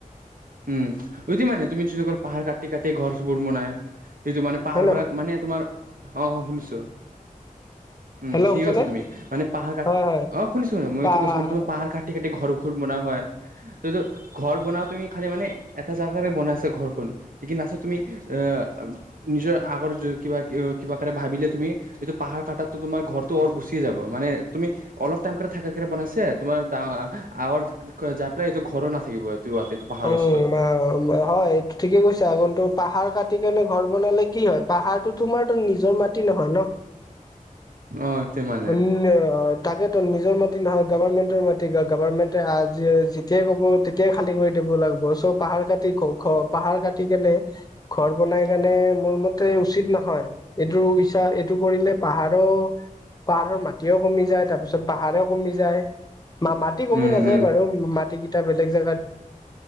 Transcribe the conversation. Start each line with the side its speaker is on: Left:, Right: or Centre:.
Right: উম, <unintelligible> পাহাৰ কাটি কাটি ঘৰ-চৰ বোৰ বনায়। <unintelligible> মানে পাহাৰ
Left: হয় ন
Right: বিলাক মানে তোমাৰ অ' শুনিছোঁ। উম',
Left: হেল্ল'
Right: ঠিকে
Left: শুনিছানে
Right: কৈছা তুমি মানে পাহাৰ কাটি
Left: হয় হয়
Right: অ' শুনিছোঁ মই
Left: পাহাৰ
Right: এইটো কৈছোঁ, মানে তোমাৰ পাহাৰ কাটি কাটি ঘৰবোৰ বনোৱা হয়। <unintelligible> ঘৰ বনাও তুমি খালি মানে এটা জাগাতে বনাই আছে ঘৰখন। <unintelligible> নিজৰ আগৰ <unintelligible> িকবা কাৰে ভাবিলে তুমি এইটো পাহাৰ কাটাত টো তোমাৰ ঘৰ-তৰ গুচি যাব মানে তুমি অলপ টাইম ঘৰত থাকাকে বনাইছে, তোমাৰ <unintelligible> এইটো ঘৰো নাথাকিব <unintelligible>
Left: <unintelligible>
Right: ওচৰত
Left: ঠিকে কৈছা। <unintelligible> পাহাৰ কাটি কেনে ঘৰ বনালে কি হয়, পাহাৰটো তোমাৰতো নিজৰ মাটি নহয় ন?
Right: অ', <unintelligible>
Left: <unintelligible> তাকে তো নিজৰ মাটি নহয় গভাৰমেন্টৰ মাটি গ গভাৰৰ্মেন্টে আজি যেতিয়াই ক'ব তেতিয়াই খালী কৰি দিব লাগবো, চ' পাহাৰ কাটি ঘ-ঘ পাহাৰ কাটি কেনে ঘৰ বনাই কাৰণে মোৰ মতে উচিত নহয়। এইটো ইচ্ছা এইটো কৰিলে পাহাৰো পাহাৰৰ মাটিও কমি যায়, তাৰ পিছত পাহাৰেও কমি যায়। মা মাটি কমি
Right: উম,
Left: নাযায়
Right: উম,
Left: বাৰু মাটি কেইটা বেলেগ জাগাত